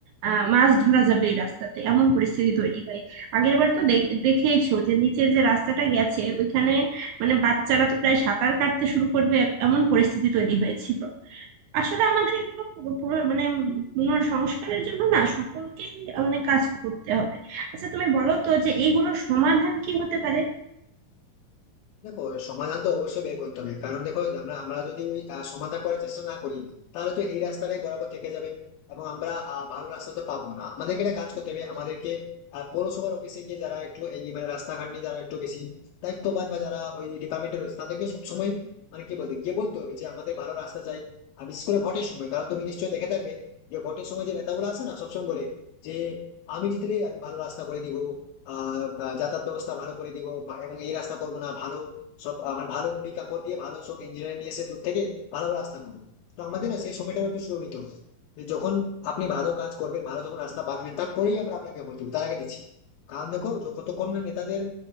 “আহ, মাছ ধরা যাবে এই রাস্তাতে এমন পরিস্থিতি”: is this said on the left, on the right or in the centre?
Right